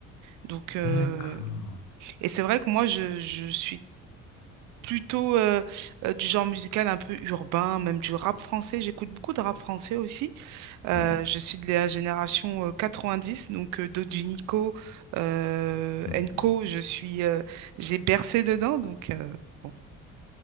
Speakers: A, on the right; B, on the left.
A: Donc, euh,
B: D'accord.
A: et c'est vrai que moi, je, je suis plutôt euh, euh, du genre musical un peu urbain, même du rap français. J'écoute beaucoup de rap français aussi. Euh,
B: Ouais.
A: je suis de la génération euh, dix donc euh, Dodu Nico, euh,
B: Mm.
A: Enco,
B: mm.
A: je suis, euh, j'ai bercé dedans. Donc, euh, bon.